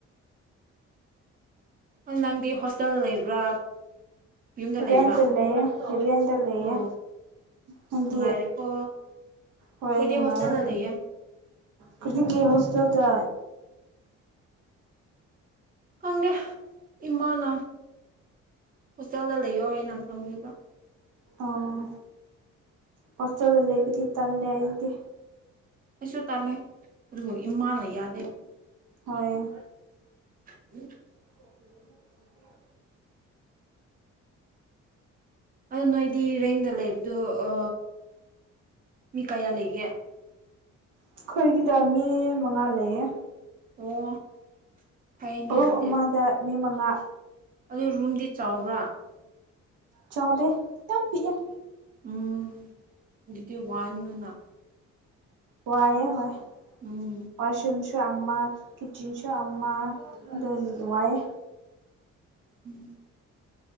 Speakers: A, on the right; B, on the right.
A: ꯑꯣ ꯅꯪꯗꯤ ꯍꯣꯁꯇꯦꯜ ꯂꯩꯕ꯭ꯔꯥ ꯌꯨꯝꯗ ꯂꯩꯕ꯭ꯔꯥ
B: ꯔꯦꯟꯗ ꯂꯩꯌꯦ ꯔꯦꯟꯗ ꯂꯩꯌꯦ
A: ꯑꯣ
B: ꯅꯪꯗꯤ
A: ꯅꯨꯡꯉꯥꯏꯔꯦꯀꯣ ꯑꯩꯈꯣꯏꯗꯤ
B: ꯍꯣꯏ ꯅꯨꯡꯉꯥꯏ
A: ꯍꯣꯁꯇꯦꯜꯗ ꯂꯩꯌꯦ
B: ꯀꯔꯤꯒꯤ ꯍꯣꯁꯇꯦꯜꯗ
A: ꯈꯪꯗꯦ ꯏꯃꯥꯅ ꯍꯣꯁꯇꯦꯜꯗ ꯂꯩꯌꯣꯍꯥꯏꯅ ꯊꯝꯕꯤꯕ
B: ꯑꯣ ꯍꯣꯁꯇꯦꯜꯗ ꯂꯩꯕꯗꯤ ꯇꯜꯂꯦ ꯑꯩꯗꯤ
A: ꯑꯩꯁꯨ ꯇꯜꯂꯦ ꯑꯗꯨꯕꯨ ꯏꯃꯥꯅ ꯌꯥꯗꯦ
B: ꯍꯣꯏ
A: <unintelligible>
B: <inaudible>
A: ꯑꯗꯨ ꯅꯣꯏꯗꯤ ꯔꯦꯟꯗ ꯂꯩꯕꯗꯨ ꯑ ꯃꯤ ꯀꯌꯥ ꯂꯩꯒꯦ
B: ꯑꯩꯈꯣꯏꯒꯤꯗ ꯃꯤ ꯃꯉꯥ ꯂꯩꯌꯦ
A: ꯑꯣ ꯐꯩꯅ
B: ꯔꯨꯝ
A: ꯑꯗꯨꯗꯤ
B: ꯑꯃꯗ ꯃꯤ ꯃꯉꯥ
A: ꯑꯗꯨ ꯔꯨꯝꯗꯤ ꯆꯥꯎꯕ꯭ꯔꯥ
B: ꯆꯥꯎꯗꯦ ꯌꯥꯝ ꯄꯤꯛꯑꯦ
A: ꯎꯝ ꯑꯗꯨꯗꯤ ꯋꯥꯅꯤꯅ
B: ꯋꯥꯏꯌꯦ ꯍꯣꯏ
A: ꯎꯝ
B: ꯋꯥꯁꯔꯨꯝꯁꯨ ꯑꯃ ꯀꯤꯠꯆꯟꯁꯨ ꯑꯃ ꯗꯨꯗꯤ ꯅꯨꯡꯉꯥꯌꯦ
A: ꯎꯝ